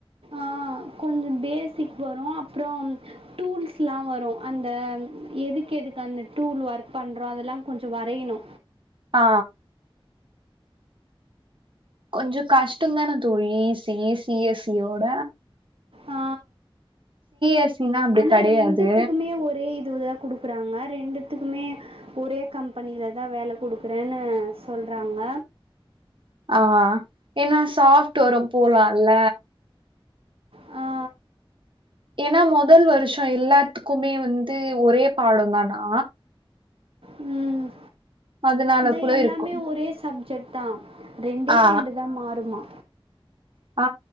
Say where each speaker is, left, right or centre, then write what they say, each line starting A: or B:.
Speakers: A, on the right; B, on the right.
A: ஆ கொஞ்சம் பேசிக் வரு அப்றம் டூல்ஸ்லா வரு அந்தம் எதுக்கெதுக்கு அந்த டூல் ஒர்க் பண்றோ அதெலாங் கொஞ்ச வரையணு
B: ஆ கொஞ்ச கஷ்டந்தானே தோழி E C E C S சியோட
A: ஆ
B: எஸ் சி னா அப்டி
A: ஆனா
B: கெடையாது
A: ரெண்டுத்துக்குமே ஒ ஒரே இதுவுதா குடுக்கறாங்க ரெண்டுத்துக்குமே ஒரே கம்பெனிலதா வேல குடுக்கறேனு சொல்றாங்க
B: ஆ எனா சாப்ட்டுவொற போலால்ல
A: ஆ
B: ஏனா மொதல் வருஷ எல்லாத்துக்குமே வந்து ஒரே பாடந்தானா
A: ம்
B: அதனால
A: அதா
B: கூட
A: எல்லாமே
B: இருக்கு
A: ஒரே சப்ஜெக்ட்தா ரெண்டே
B: ஆ
A: ரெண்டுதா மாறுமா
B: ஆ